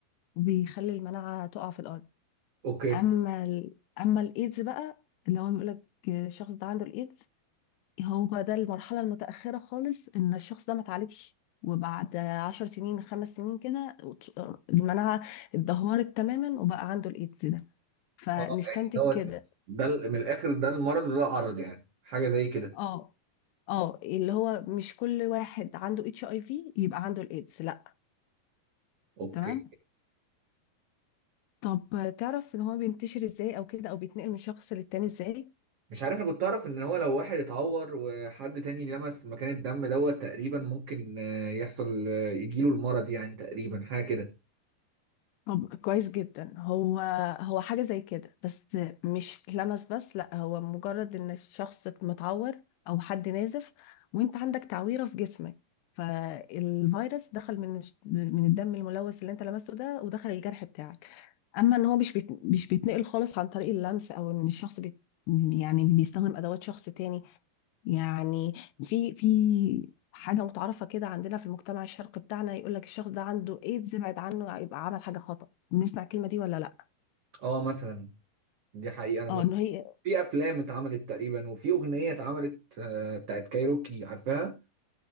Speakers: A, on the left; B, on the right.
A: وبيخلي المناعة تقع في الأرض
B: اوكي
A: أما ال... أما الإيدز بقى اللي هو بيقول لك الشخص ده عنده الإيدز هو ده المرحلة المتأخرة خالص إن الشخص ده ما اتعالجش وبعد عشر سنين خمس سنين كده المناعة اتدهورت تماما وبقى عنده الإيدز ده فنستنتج
B: اه يعني دوت
A: كده
B: ده ال- من الآخر ده المرض وده العرض يعني حاجة زي كده
A: اه اه اللي هو مش كل واحد عنده اتش اي في يبقى عنده الإيدز لا
B: اوكي
A: تمام طب تعرف ان هو بينتشر ازاي او كده او بيتنقل من شخص للتاني ازاي
B: مش عارف انا كنت اعرف ان هو لو واحد اتعور وحد تاني لمس مكان الدم دوت تقريبا ممكن آه، يحصل آه، يجيله المرض يعني تقريبا حاجه كده
A: طب كويس جدا هو هو حاجة زي كده بس مش لمس بس لا هو مجرد ان الشخص متعور او حد نازف وانت عندك تعويرة في جسمك فالفيروس دخل من الش- من الدم الملوث اللي انت لمسته ده ودخل الجرح بتاعك اما ان هو مش بيت- مش بيتنقل خالص عن طريق اللمس او ان الشخص بيت يعني بيستخدم ادوات شخص تاني يعني في في حاجة متعارفة كده عندنا في المجتمع الشرقي بتاعنا يقول لك الشخص ده عنده ايدز ابعد عنه يبقى عمل حاجة خطأ بنسمع الكلمة دي ولا لا
B: اه مثلا دي حقيقه انا
A: اه
B: بس
A: انه هي
B: في افلام اتعملت تقريبا وفي اغنيه اتعملت آه، بتاعت كايروكي عارفاها